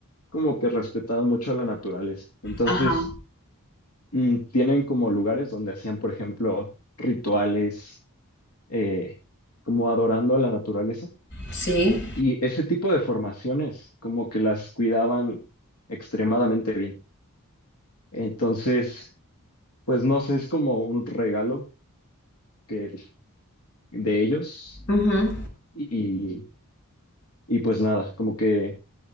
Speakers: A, on the left; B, on the left.
A: como que respetaban mucho la naturaleza. Entonces,
B: Ajá.
A: mm, tienen como lugares donde hacían, por ejemplo, rituales eh, como adorando a la naturaleza.
B: sí,
A: Y ese tipo de formaciones como que las cuidaban extremadamente bien. Entonces, pues no sé, es como un regalo que, el- de ellos
B: ujú,
A: y, y pues nada, como que